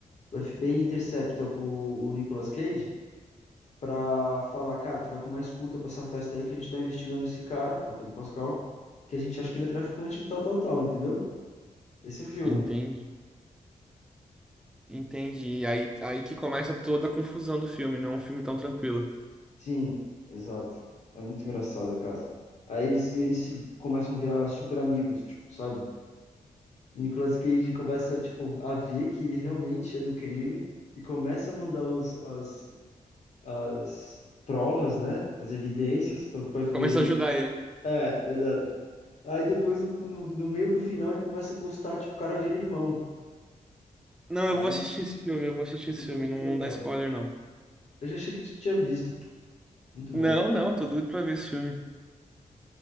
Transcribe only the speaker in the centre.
Entendi. Entendi. Aí, aí que começa toda a confusão do filme, não é um filme tão tranquilo.
Começa a ajudar ele.
Não,
eu vou assistir esse filme, eu vou assistir esse
filme,
não,
não dá spoiler,
não.
Não,
não, tô doido pra ver esse filme.